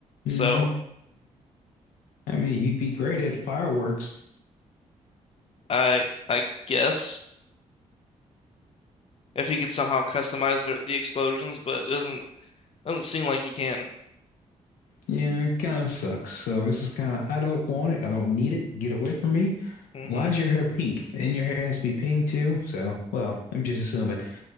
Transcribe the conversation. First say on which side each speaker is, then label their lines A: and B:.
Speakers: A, on the left; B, on the left.
A: hmm
B: So
A: I mean, you'd be great at fireworks.
B: I I guess if he could somehow customize the, the explosions, but it doesn't doesn't seem like he can.
A: Yeah, it kind of sucks. So it's just kind of, I don't want it. I don't need it. Get away from me.
B: hmm
A: Why is your hair pink? And your hair has to be pink too. So, well, I'm just assuming.